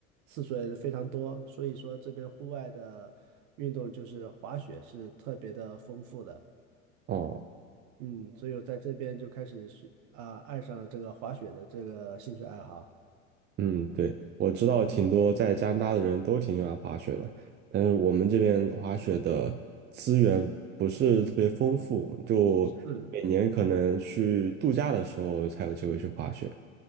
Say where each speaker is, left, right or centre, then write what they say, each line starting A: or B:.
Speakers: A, on the right; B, on the right.
A: 次数也是非常多，所以说这边户外的运动就是滑雪是特别的丰富的。
B: 哦，
A: 嗯，所以我在这边就开始是啊、爱上了这个滑雪的这个兴趣爱好。
B: 嗯，对，我知道挺多在加拿大的人都挺喜欢滑雪的，但是我们这边滑雪的资源不是特别丰富，就每年可能去度假的时候才有机会去滑雪。
A: 嗯